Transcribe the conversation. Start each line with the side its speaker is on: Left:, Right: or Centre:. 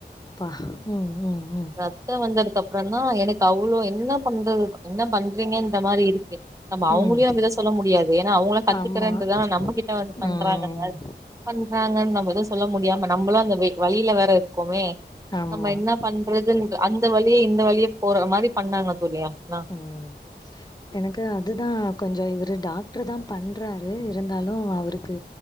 Left: பா ம் ம் ம்
Right: ரத்தோ வந்ததுக்கப்றொந்தா எனக் கு அவ்ளோ என்ன பண்றது என்ன பண்றீங்கன்ற மாரி இரு கு நம்ம அவங்களையு
Left: ம்
Right: அதலா சொல்ல முடியாது ஏனா அவங்களு கத்துக்கறேன்டு
Left: ஆமாம்
Right: தான நம்ம கிட்ட வந்து பண்றாங்கன்ன
Left: ம்
Right: பண்றாங்கன் ந எது சொல்ல முடியாம நம்மளு அந்த வெ வலில வேற இருக்கோமே
Left: ஆமாம்
Right: நம்ம என்ன பண்றதுன் அந் த வழியே இந்த வழியே போற மாரி பண்ணாங்க தோழி ஆனா
Left: ம் எனக்கு அதுதா கொஞ்சோ இவரு டாக்டரு தா பண்றாரு இருந்தாலு அவருக்கு